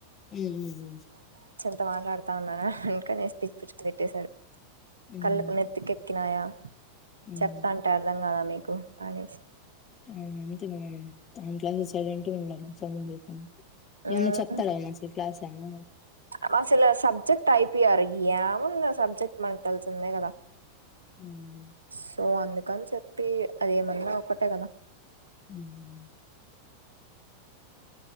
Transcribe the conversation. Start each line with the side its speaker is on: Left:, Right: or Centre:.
Left: హ్ హు
Right: ఇగ మాట్లాడుతా అన్నార ఇంకానేేసి పిచ్చి పిచ్చిగా తిట్టేశారు
Left: ఉమ్
Right: కళ్లు నెత్తి కేక్ ఎక్కినాయా
Left: ఉమ్ ఉమ్
Right: చెప్తంటే అర్ధం కాదా మీకు అనేసి
Left: వు అంతే క్లాస్ సైలెంట్ ఉండాలి సౌండ్ చేయకుండా
Right: ఉమ్
Left: ఏమైన్నా చెప్తాడ ఆయన అసలు క్లాస్ ఏమ
Right: ఆమే అసలు సబ్జెక్ట్ అయిపోయారు ఎమ్ వుందో సబ్జెక్ట్ మనకి తెలిసిందే కదా
Left: ఉమ్
Right: సో అందుకే కాని చెప్పి అది ఏమన్నా ఒక్కటే కదా
Left: హుం